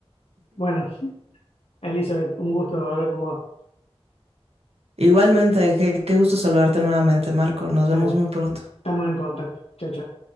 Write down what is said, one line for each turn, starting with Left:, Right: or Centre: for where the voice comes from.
Left: Bueno, Elizabeth, un gusto hablar con vos.
Right: Igualmente, qué, qué gusto saludarte nuevamente, Marco. Nos vemos
Left: Dale,
Right: muy pronto.
Left: estamos en contacto. Chao, chao.